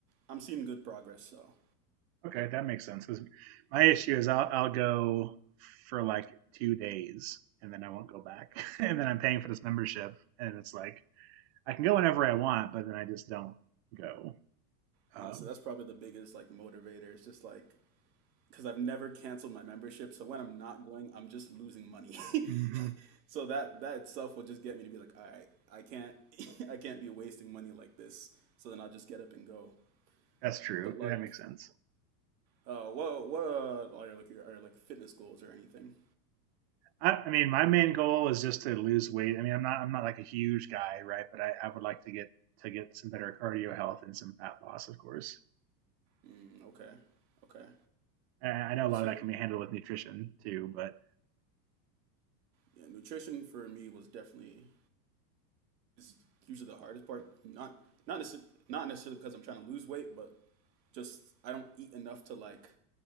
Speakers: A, on the right (about 75°); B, on the right (about 45°).
A: I'm seeing good progress, so
B: Okay, that makes sense. 'cause my issue is I'll I'll go for like two days and then I won't go back, <laughs> and then I'm paying for this membership, and it's like I can go whenever I want, but then I just don't go.
A: honestly,
B: Um,
A: that's probably the biggest like motivator. It's just like because I've never canceled my membership. So when I'm not going, I'm just losing money.
B: hmm
A: <laughs> so that that itself will just get me to be like, all right, I can't <laughs> I can't be wasting money like this. So then I'll just get up and go.
B: that's true.
A: But like,
B: That makes sense.
A: uh, what what uh, are your like your, are your like fitness goals or anything?
B: I, I mean, my main goal is just to lose weight. I mean, I'm not I'm not like a huge guy, right? But I, I would like to get to get some better cardio health and some fat loss, of course.
A: Mm, okay, okay.
B: And I know a
A: So
B: lot of that can be handled with nutrition too, but
A: yeah, nutrition for me was definitely is usually the hardest part. Not not necess- not necessarily because I'm trying to lose weight, but just I don't eat enough to like